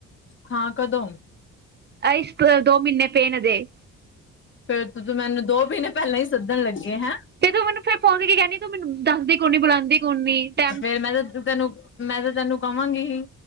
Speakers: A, on the left; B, on the right.
A: ਹਾਂ ਕਦੋਂ।
B: ਆਈਸ ਦੋ ਮਹੀਨੇ ਪਏ ਨੇ ਹਜੇ।
A: ਫਿਰ ਤਾਂ ਤੂੰ ਮੈਨੂੰ ਦੋ ਮਹੀਨੇ ਪਹਿਲਾਂ ਹੀ ਸੱਦਣ ਲੱਗੇ ਹੈਂ।
B: ਤੇ ਤੂੰ ਮੈਨੂੰ ਫੇਰ ਫ਼ੋਨ ਕਰਕੇ ਕਹਿੰਦੀ ਤੂੰ ਮੈਨੂੰ ਦੱਸਦੀ ਕੋਈ ਨੀ ਬੁਲਾਉਦੀ। ਕੌਣੀ ਟੈ
A: ਫਿਰ ਮੈਂ ਤਾਂ ਤੈਨੂੰ ਮੈਂ ਤਾਂ ਤੈਨੂੰ ਕਵਾਂਗੀ ਹੀ।